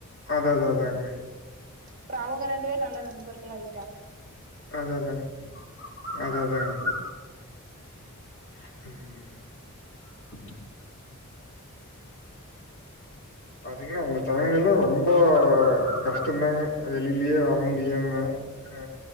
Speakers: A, on the left; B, on the right.
A: அதா அத அதாங்க
B: அப்றம் அவங்க ரெண்டு வேரு நல்ல நண்பர்களாயிட்டாங்க
A: அததங்க அததாங்க <unintelligible> பாத்தீங்கன்னா அவங்க <unintelligible> லா ரொம்ப கஷ்டந்தாங்க வெளிலியே வர முடியாம ஆ